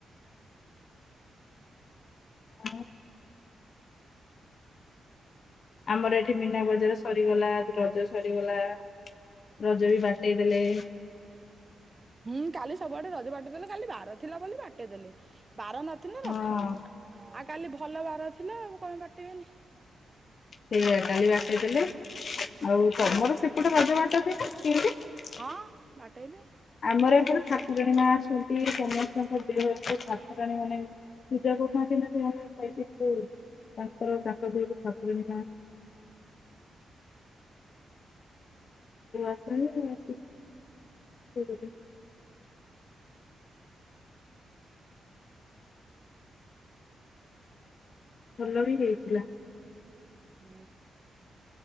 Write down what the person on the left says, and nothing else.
<unintelligible> ଆମର ଏଠି ମୀନା ବଜାର ସରିଗଲା ରଜ ସରିଗଲା ରଜ ବି ଦେଇଦେଲେ।
ହଁ
ସେ କାଲି ବାଟେଇ ଦେଲେ। ଆଉ ତମର ସେପଟେ ରଜ ବାଟନ୍ତି ନା ସିନ୍ତି।
ଆମର ଏପଟେ ଠାକୁରାଣୀ ମା ଅଛନ୍ତି ସମସ୍ତଙ୍କ ଦେହ ଠାକୁରାଣୀ ମାନେ ପୂଜା କରୁଥାନ୍ତି ନା ସେମାନେ। <unintelligible> ତାଙ୍କର ତାକ ଦେହ ଠାକୁରଣୀ ନା ଆସ <inaudible> ଭଲ ବି ହେଇଥିଲା।